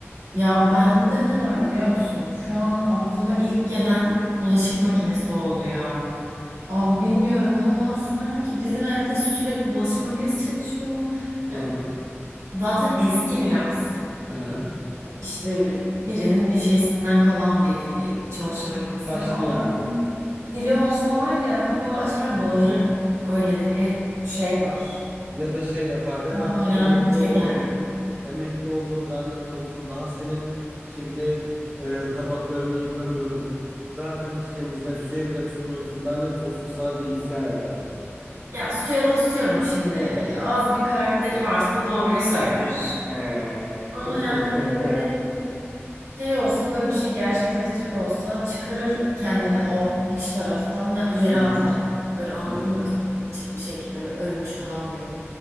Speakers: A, on the right; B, on the right.
A: Ya bende ne var biliyor musun? Şu an aklıma ilk gelen bulaşık makinesi oldu ya. Abi bilmiyorum ama sanki bizim evde sürekli bulaşık makinesi çalışıyor. Ya,
B: Hı hı.
A: zaten eski biraz.
B: Hı hı.
A: İşte birinin bir şeysinden kalan bir e, çamaşır makinesi.
B: Yaşlı
A: Abi
B: yani.
A: dili olsa var ya kapağı açar
B: Hı hı.
A: bağırır. Öyle de bir şey var.
B: Ya da şey yapar. Ben
A: Bayrağını
B: artık emekli
A: çöker
B: oldum.
A: yani.
B: Emekli oldum lanet olsun. Daha senin kirli e, tabaklarını yıkamıyorum. Zaten hiç temizle suya bile tutmuyorsun. Lanet olsun sana diye isyan eder.
A: Ya suya da tutuyorum şimdi. Az bir karakteri varsa doğruyu söyler.
B: He.
A: Ama
B: <laughs>
A: yani hani böyle şey olsa böyle bir şey gerçekleşecek olsa çıkarır kendini
B: Hı hı.
A: o iç taraftan ve yere
B: Hı
A: atar.
B: hı.
A: Hani böyle anladın
B: Hı hı.
A: mı? Kapı açık bir şekilde böyle ölmüş adam gibi.